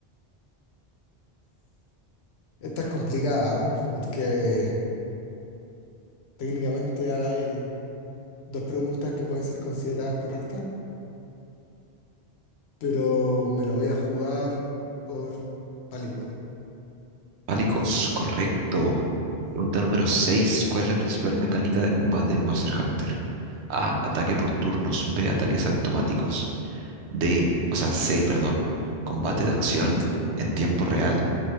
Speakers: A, on the left; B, on the right.
A: Esta es complicada, ¿no? Porque técnicamente hay dos preguntas que pueden ser consideradas correctas, pero me la voy a jugar por pálico.
B: Palicos, correcto. Pregunta número 6. ¿Cuál es la principal mecánica de combate en Monster Hunter? A. Ataque por turnos. B. Ataques automáticos. D. O sea, C, perdón. Combate de acción en tiempo real.